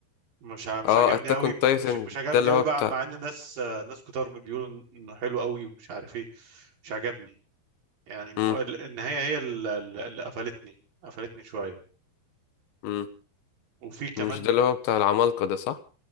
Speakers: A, on the right; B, on the left.
A: مش ع- مش
B: اه
A: عجبني
B: اتاك
A: قوي
B: اون تايتن
A: مش مش عجبني
B: ده اللي
A: قوي
B: هو
A: مع
B: بتاع
A: مع ان ناس آه، ناس كتار بيقولوا إن- انه حلو قوي ومش عارف ايه مش عجبني يعني مو-
B: امم
A: النهايه هي اللي اللي قفلتني قفلتني شويه
B: امم
A: وفي كمان
B: مش ده اللي هو بتاع العمالقة ده صح